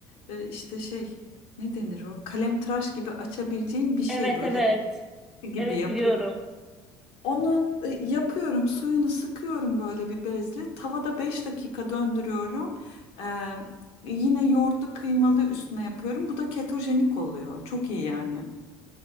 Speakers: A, on the left; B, in the centre.
A: e, işte şey ne denir o? Kalemtıraş gibi açabileceğim bir şey
B: Evet
A: böyle
B: evet
A: gibi
B: evet
A: yapıyorum.
B: biliyorum.
A: Onu e, yapıyorum, suyunu sıkıyorum böyle bir bezle. Tavada 5 dakika döndürüyorum. Ee, yine yoğurtlu kıymalı üstüne yapıyorum. Bu da ketojenik oluyor. Çok iyi yani.